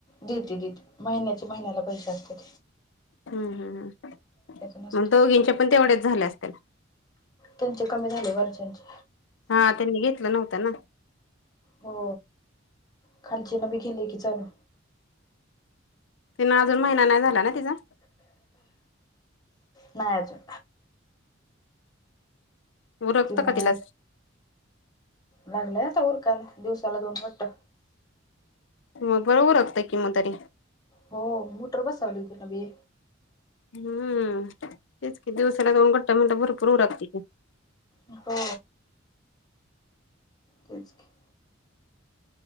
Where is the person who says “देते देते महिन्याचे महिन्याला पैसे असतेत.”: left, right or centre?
Left